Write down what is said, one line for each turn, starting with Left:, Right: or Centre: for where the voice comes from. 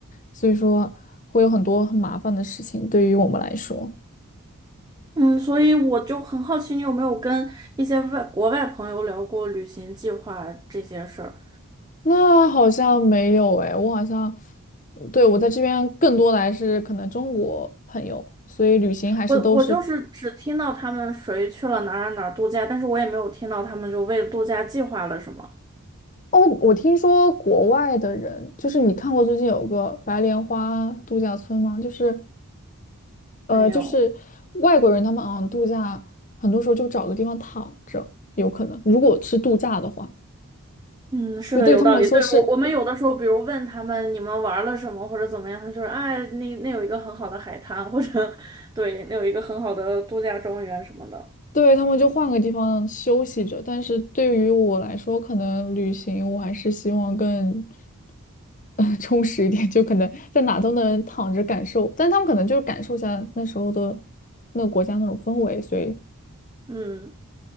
Left: 所以说会有很多很麻烦的事情对于我们来说。
Right: 嗯，所以我就很好奇，你有没有跟一些外国外朋友聊过旅行计划这些事儿？
Left: 那好像没有诶，我好像，对，我在这边更多的还是可能中国朋友，所以旅行还是都是。
Right: 我我就是只听到他们谁去了哪儿哪儿哪儿度假，但是我也没有听到他们就为度假计划了什么。
Left: 哦，我听说国外的人，就是你看过最近有个白莲花度假村吗？就是。呃，
Right: 没有。
Left: 就是外国人他们好像度假，很多时候就找个地方躺着，有可能。如果是度假的话，
Right: 嗯，是的，
Left: 就对于他们来说是，
Right: 有道理。对，我我们有的时候，比如问他们你们玩了什么或者怎么样，他说，哎，那那有一个很好的海滩，或者对，那有一个很好的度假庄园什么的。
Left: 对他们就换个地方休息着。但是对于我来说，可能旅行我还是希望更，<laughs> 呃，充实一点，就可能在哪都能躺着感受。但他们可能就是感受一下那时候的那个国家那种氛围，所以
Right: 嗯，